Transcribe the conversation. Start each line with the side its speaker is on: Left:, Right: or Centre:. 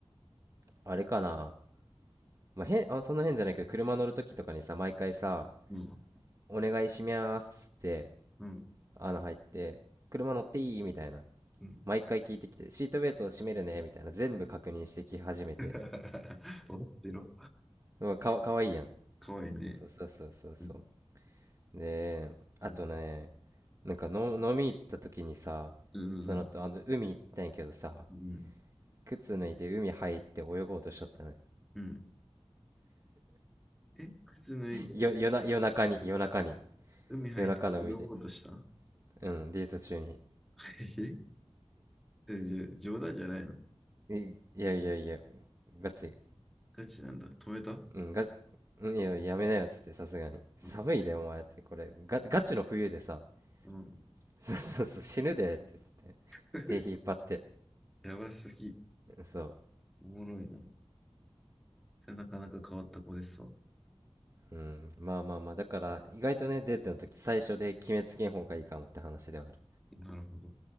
Right: あれかな。まあ、変、あ、そんな変じゃないけど、車乗るときとかにさ、毎回さ、
Centre: うん。
Right: お願いしますって
Centre: うん。
Right: 穴入って車乗っていいみたいな
Centre: うん。
Right: 毎回聞いてきてシートベルトを締めるねみたいな全部確認してき始めて
Centre: <laughs> 面白い。
Right: うんかわ、かわいいやん
Centre: かわいいね。
Right: そうそうそうそうそ
Centre: うん。
Right: うであとね
Centre: うん。
Right: なんかの飲み行った時にさそのとあの海行ったんやけどさ
Centre: うん。うん。
Right: 靴脱いで海入って泳ごうとしちゃったね
Centre: うんえ、靴脱いで
Right: よ夜な夜中に夜中に
Centre: 海入って泳ごうとした
Right: 夜中の海でうんデート中に
Centre: <laughs> えじゃ、冗談じゃないの
Right: いいやいやいやガチ
Centre: ガチなんだ。止めた
Right: うん、ガチ、うんいや、やめなよっつって、さすがに。寒いで、
Centre: うん
Right: お前って、これ、
Centre: う
Right: ガ、ガチの冬でさ、
Centre: ん。うん
Right: <laughs> そうそうそう、死ぬでってつって、
Centre: <laughs>
Right: 手引っ張って、
Centre: やばすぎ。
Right: そ
Centre: おもろいな。それなかなか変わった子ですわ。
Right: う、うん、まあまあまあ、だから、意外とね、デートの時、最初で決めつけん方がいいかもって話ではある。
Centre: なるほど。